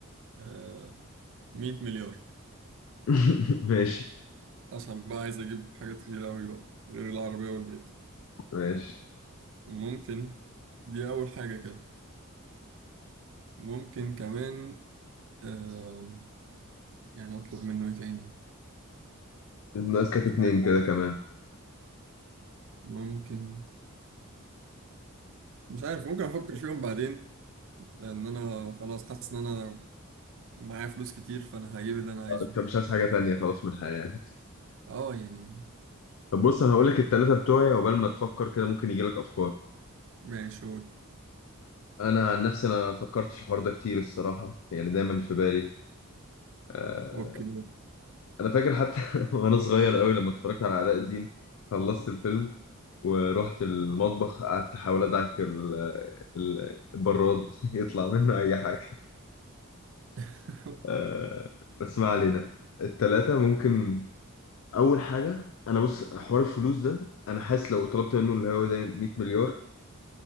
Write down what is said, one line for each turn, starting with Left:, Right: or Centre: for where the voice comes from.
Right: آه 100 مليار
Left: <laughs> ماشي
Right: عشان بقى عايز اجيب حاجات كتير قوي بقى غير العربيه والبيت
Left: ماشي
Right: ممكن دي اول حاجه كده ممكن كمان آه، يعني اطلب منه ايه تاني
Left: ناقص لك
Right: مش
Left: اتنين
Right: عارف
Left: كده كمان
Right: ممكن مش عارف ممكن افكر فيهم بعدين لان انا خلاص حاسس ان انا معايا فلوس كتير فانا هجيب اللي انا عايزه
Left: انت مش عايز حاجة تانية خلاص من الحياة يعني
Right: اه يعني
Left: طب بص انا هقول لك التلاتة بتوعي عقبال ما تفكر كده ممكن يجي لك افكار
Right: ماشي أوك-
Left: انا عن نفسي انا فكرت في الحوار ده كتير الصراحة يعني دايما في بالي آه،
Right: اوكي
Left: انا فاكر حتى <laughs> وانا صغير قوي لما اتفرجت على علاء الدين خلصت الفيلم ورحت المطبخ قعدت احاول ادعك ال- ال- البراد <laughs> يطلع منه اي حاجة
Right: <laughs>
Left: آه، بس ما علينا التلاتة ممكن اول حاجه انا بص حوار الفلوس ده انا حاسس لو طلبت منه اللي هو زي 100 مليار